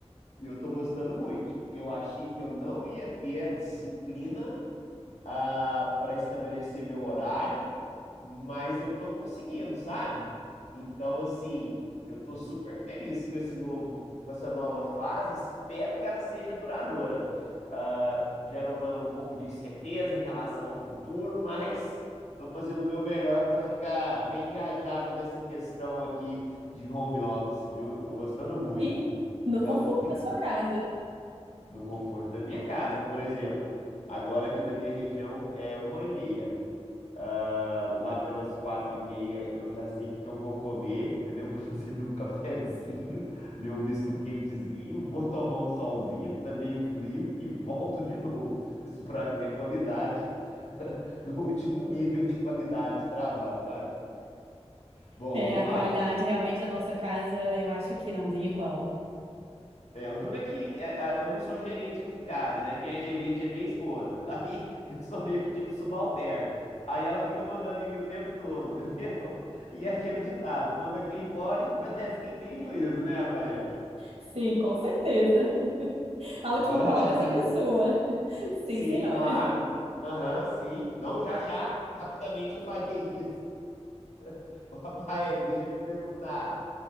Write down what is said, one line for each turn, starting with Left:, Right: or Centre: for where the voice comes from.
Left: e eu tô gostando muito. Eu achei que eu não ia ter a disciplina ah, para estabelecer meu horário, mas eu tô conseguindo, sabe? Então, assim, eu tô super feliz com esse novo, com essa nova fase. Espero que ela seja duradoura. Ah, gera uma, um pouco de incerteza em relação ao futuro, mas tô fazendo o meu melhor para ficar bem engajado nessa questão aqui de home office, viu? Tô gostando muito.
Right: E
Left: Então,
Right: no conforto da sua casa.
Left: no conforto da minha casa, por exemplo. Agora aqui na minha região é uma e meia. Ah, lá pelas quatro e meia eu já sei o que que eu vou comer, entendeu? <laughs> Vou fazer meu <laughs> cafezinho, meu misto quentezinho, vou tomar um solzinho que tá meio frio e volto de novo. Isso pra mim é qualidade <laughs> no último nível de qualidade de trabalho, sabe? Bom,
Right: É,
Left: vamos
Right: a qualidade
Left: lá.
Right: realmente da nossa casa, eu acho que não tem igual.
Left: É, o duro é que é, a- eu não sou gerente aqui em casa, né? Quem é gerente é minha esposa. <laughs> Aí eu sou meio que tipo subalterno. Aí ela fica mandando em mim o tempo todo, <laughs> entendeu? E é aquele ditado: manda quem pode, <laughs> obedece quem tem juízo, né, Rafael?
Right: Sim, com certeza. A última
Left: Bora
Right: palavra
Left: lá. <laughs>
Right: é sempre sua. <laughs>
Left: Sim,
Right: Sim, senhora.
Left: claro. Aham, sim. Não, já já. Rapidamente eu farei isso. <laughs> Ô, Rafael, deixa eu te perguntar: